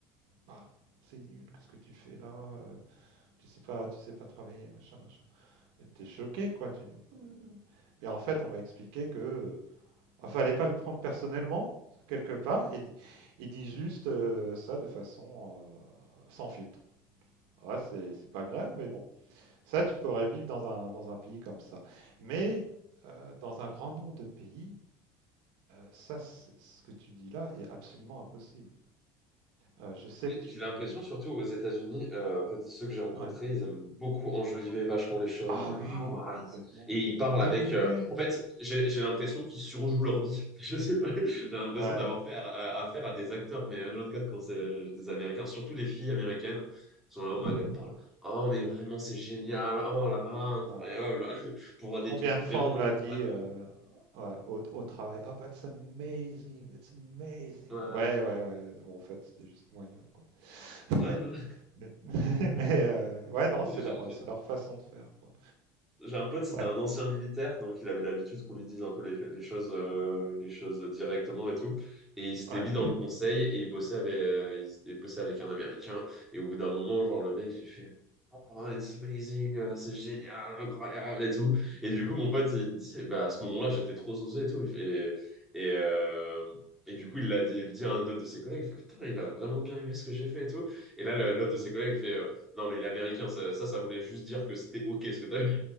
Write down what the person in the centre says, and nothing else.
J'ai
l'impression, surtout aux États-Unis, euh, en fait, ceux que j'ai rencontrés,
ils aiment beaucoup enjoliver
vachement les choses,
dire
ah what?
Et ils parlent
avec. euh, En fait, j'ai j'ai l'impression qu'ils surjouent leur vie. <laughs> Je sais pas. J'ai l'impression
d'avoir fait à- à- affaire à des acteurs, mais h quatre quand c'est euh, des Américains, surtout les filles américaines, sont là
en mode elles parlent. Oh mais vraiment c'est génial. Oh là là incroyable.
<laughs> Pour
des trucs vraiment
genre
bateau.
Ouais.
Ouais, non.
<laughs>
J'ai un pote, c'était
un ancien militaire, donc il avait l'habitude qu'on lui dise un peu les, les choses, euh, les choses directement et tout. Et il s'était
mis dans le conseil et il bossait avec, euh, il s'était- bossait avec un Américain. Et au bout d'un moment, genre le mec, il fait, Oh, it's amazing, euh, c'est génial, incroyable et tout. Et du
coup, mon pote, il dit, bah, à ce moment-là, j'étais trop saucé et tout. Il fait- Et, et, euh, et du coup, il l'a dit, dit à un autre de ses collègues, il fait, putain, il a vraiment bien aimé ce que j'ai fait et tout. Et là, le- l'autre de ses
collègues, il fait, euh, non, mais il est américain, ça, ça, ça voulait juste dire que c'était OK ce que t'as vu.